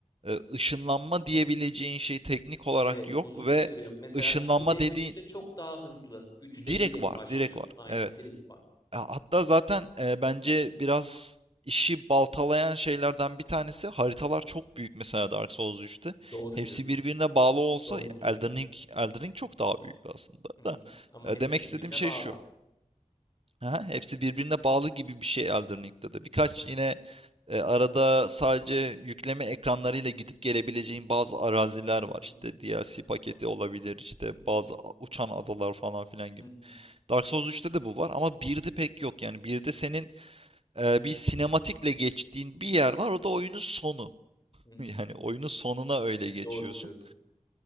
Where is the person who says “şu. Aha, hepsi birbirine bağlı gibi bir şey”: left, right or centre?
Right